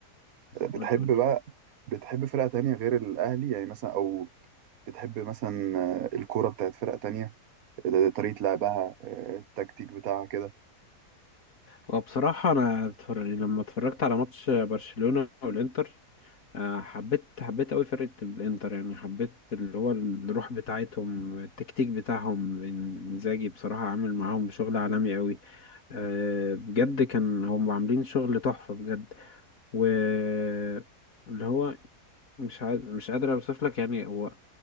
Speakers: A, on the right; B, on the left.
A: آه، بتحب
B: قول قول
A: بقى بتحب فرقه تانية غير الاهلي يعني مثلا او بتحب مثلا آه، الكوره بتاعت فرقه تانية طريقة لعبها آه، التكتيك بتاعها كده
B: وبصراحة أنا اتفر- يعني لما اتفرجت على ماتش برشلونة والإنتر آه، حبيت حبيت أوي فرقة الإنتر يعني حبيت اللي هو الروح بتاعتهم التكتيك بتاعهم إن- إنزاجي بصراحة عامل معاهم شغل عالمي أوي آه، بجد كان هم عاملين شغل تحفة بجد واللي هو مش عاد... مش قادر اوصف لك يعني هو